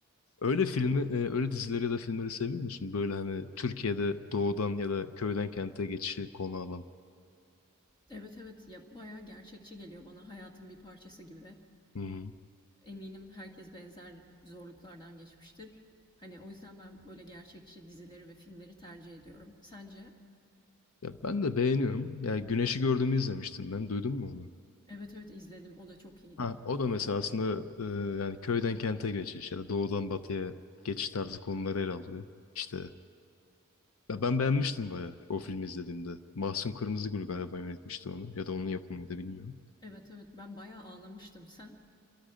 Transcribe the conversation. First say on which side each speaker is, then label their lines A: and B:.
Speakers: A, on the left; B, on the left.
A: Öyle filmi, e, öyle dizileri ya da filmleri seviyor musun? Böyle hani Türkiye'de doğudan ya da köyden kente geçişi konu alan.
B: Evet evet ya bayağı gerçekçi geliyor bana hayatın bir parçası gibi.
A: Hı hı.
B: Eminim herkes benzer zorluklardan geçmiştir. Hani o yüzden ben böyle gerçekçi dizileri ve filmleri tercih ediyorum. Sence?
A: Ya ben de beğeniyorum. Ya Güneş'i gördüğümü izlemiştim ben. Duydun mu onu?
B: Evet evet izledim. O da çok iyiydi.
A: Ha, o da mesela aslında e, yani köyden kente geçiş ya da doğudan batıya geçiş tarzı konuları ele alıyor. İşte ya ben beğenmiştim bayağı o filmi izlediğimde. Mahsun Kırmızıgül galiba yönetmişti onu ya da onun yapımıydı bilmiyorum.
B: Evet, evet. Ben bayağı ağlamıştım. Sen?